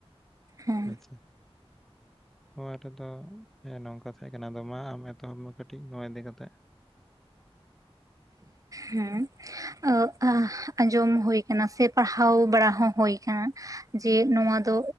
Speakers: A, on the right; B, in the centre.
A: ᱦᱮᱸ
B: ᱦᱳᱭ ᱥᱮ, ᱱᱚᱣᱟ ᱨᱮᱫᱚ ᱦᱮᱸ ᱱᱚᱝᱠᱟ ᱛᱟᱦᱮᱸ ᱠᱟᱱᱟ ᱟᱫᱚ ᱢᱟ ᱟᱢ ᱮᱛᱚᱦᱚᱵ ᱢᱮ ᱠᱟᱹᱴᱤᱡ ᱱᱚᱣᱟ ᱤᱫᱤ ᱠᱟᱛᱮᱜ
A: ᱦᱩᱸ᱾ ᱚ ᱟᱸᱡᱚᱢ ᱦᱳᱭ ᱠᱟᱱᱟ ᱥᱮ ᱯᱟᱲᱦᱟᱣ ᱵᱟᱲᱟ ᱦᱚᱸ ᱦᱳᱭ ᱠᱟᱱᱟ᱾ ᱡᱮ ᱱᱚᱣᱟ ᱫᱚ